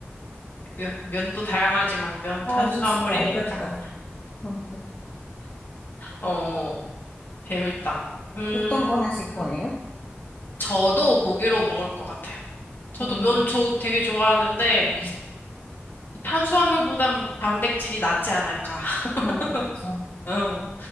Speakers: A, on the left; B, on the left.
A: 면, 면도 다양하지만, 면
B: 아,
A: 탄수화물이니까.
B: 이거 진짜 어렵다. 어,
A: 어, 재밌다. 음,
B: 어떤 거 하실 거예요?
A: 저도 고기로 먹을 것 같아요. 저도
B: 음,
A: 면 조, 되게 좋아하는데,
B: 네.
A: 탄수화물보단 단백질이 낫지 않을까. <laughs>
B: 그냥, 그쵸.
A: 어,